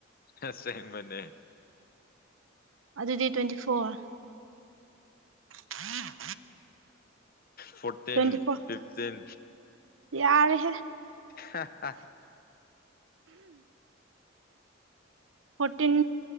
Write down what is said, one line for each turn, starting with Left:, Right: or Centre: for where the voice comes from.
Left: ꯑꯁꯦꯡꯕꯅ‌ꯦ
Right: ꯑꯗꯨꯗꯤ twenty four <unintelligible>
Left: fourteen
Right: twenty four
Left: fifteen
Right: ꯌꯥꯔꯦꯍꯦ
Left: ꯍꯥ ꯍꯥ
Right: ꯐꯣꯔꯇꯤꯟ